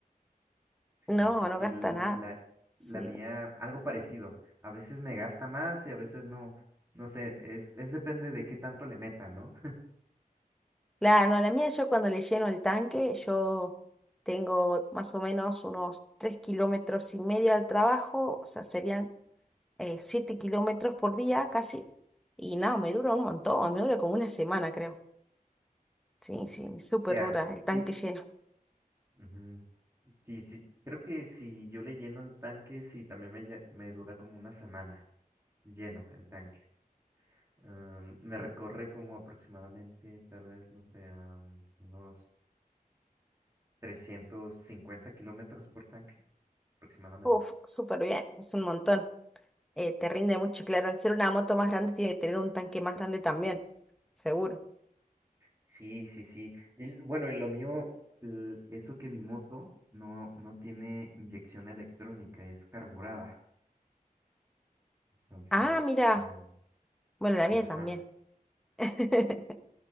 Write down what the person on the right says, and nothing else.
Sí,
sí, sí,
l-
la,
la mía, algo parecido. A veces me gasta más y a veces no. No sé, es, es depende de qué tanto le meta, ¿no?
Ya,
sí.
ujú. Sí, sí. Creo que si yo le lleno el tanque, sí, también me, lle- me dura como una semana lleno el tanque. Am, me recorre como aproximadamente, tal vez, no sé, am, unos 350 kilómetros por tanque, aproximadamente.
Sí, sí, sí. Y bueno, y lo mío, el- eso que mi moto no, no tiene inyección electrónica, es carburada. Entonces,
eh,
ajá.